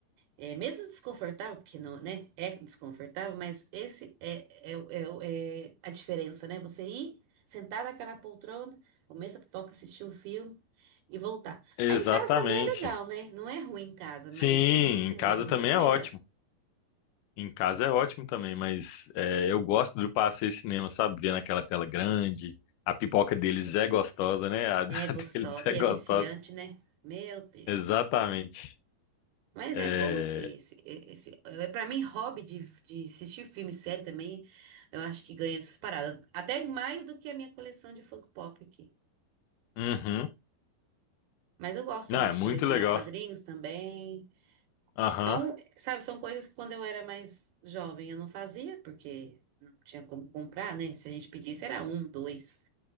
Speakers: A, on the right; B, on the left.
A: É mesmo desconfortável, porque não, né? É desconfortável, mas esse é, é, o- é, o- é a diferença, né? Você ir, sentar naquela poltrona, comer sua pipoca, assistir o filme e voltar.
B: exatamente.
A: Aí em casa também é legal, né? Não é ruim em casa,
B: Sim,
A: mas no cinema
B: em casa
A: é muito
B: também é
A: melhor.
B: ótimo. Em casa é ótimo também, mas é, eu gosto do passeio cinema, sabe? Ver naquela tela grande. A pipoca deles é gostosa, né? A, <laughs> da
A: É gostosa
B: deles é
A: e
B: gostosa.
A: é viciante, né? Meu Deus.
B: Exatamente.
A: Mas
B: É,
A: é bom esse, esse, esse é para mim hobby de, de assistir filme, série também. Eu acho que ganha disparada, até mais do que a minha coleção de Funko Pop aqui.
B: uhum.
A: Mas eu gosto
B: Não,
A: também
B: é
A: de
B: muito
A: colecionar
B: legal.
A: quadrinhos também.
B: Aham.
A: É um, sabe, são coisas que quando eu era mais jovem eu não fazia porque não tinha como comprar, né? Se a gente pedisse era um, dois.